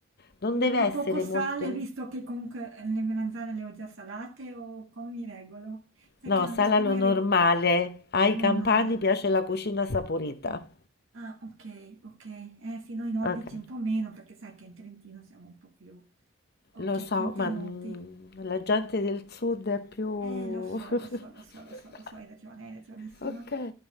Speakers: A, on the left; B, on the right.
A: Non
B: Metto
A: deve essere
B: poco sale,
A: molto...
B: visto che comunque eh, le melanzane le ho già salate, o come mi regolo? Sai
A: No,
B: che non
A: salalo
B: riesco mai
A: normale.
B: a regolare...
A: Ai
B: Non
A: campani
B: male.
A: piace la cucina saporita.
B: Ah, ok, ok. Eh sì, noi nordici
A: Okay.
B: un po' meno, perché sai che in Trentino siamo un po' più... Ok,
A: Lo so,
B: contenuti.
A: ma mm, la gente del sud è più...
B: Eh, lo so,
A: <laughs>
B: lo so, lo so, lo so, lo so, hai ragione, hai ragionissima.
A: Ok,